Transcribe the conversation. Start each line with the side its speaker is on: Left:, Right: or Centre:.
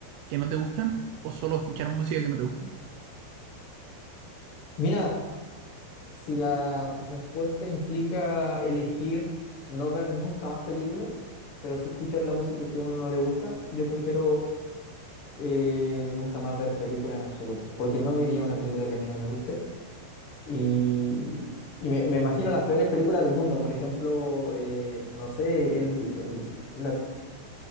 Right: que no te gustan o solo escuchar música que no te gusta.
Left: Mira, Si la respuesta implica elegir no ver nunca más películas, pero sí escuchar la música que a uno no le gusta, yo prefiero eh, nunca más ver películas en absoluto, porque no vería una película que a mí no me guste. Y, y me, me imagino las peores películas del mundo, por ejemplo, eh, no sé, el, el- la